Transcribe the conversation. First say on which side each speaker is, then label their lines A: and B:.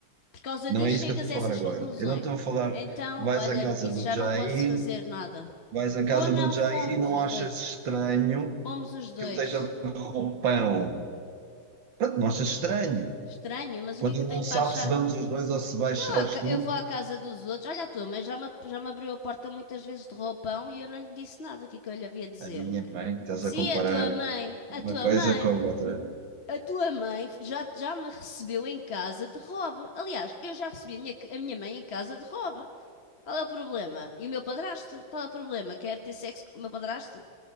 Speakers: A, on the left (about 40°); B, on the right (about 70°).
A: Por causa
B: não
A: disso
B: é isso
A: chegas
B: que eu estou a
A: a essas
B: falar agora.
A: conclusões.
B: Eu não estou a falar,
A: Então,
B: vais
A: olha,
B: à casa
A: isso
B: do
A: já
B: Jair,
A: não posso fazer nada.
B: vais
A: Vou
B: à casa
A: não,
B: do Jair
A: fomos
B: e não
A: os
B: achas
A: dois.
B: estranho
A: Fomos os dois.
B: que ele esteja de roupão. Pronto, não achas estranho?
A: Estranho, mas o
B: Quando
A: que é
B: ele
A: que eu tenho
B: não sabe
A: para achar?
B: se vamos os dois ou se baixas
A: Eu, à ca-
B: tu,
A: eu vou à casa dos outros. Olha a tua, mas já me, já me abriu a porta muitas vezes de roupão e eu não lhe disse nada. O que é que eu lhe havia de dizer?
B: a minha mãe, estás
A: Se
B: a comparar
A: a tua mãe, a
B: uma
A: tua
B: coisa
A: mãe.
B: com a outra.
A: A tua mãe já, já me recebeu em casa de Rob. Aliás, eu já recebi a minha, a minha mãe em casa de Rob. Qual é o problema? E o meu padrasto? Qual é o problema? Quer ter sexo com o meu padrasto?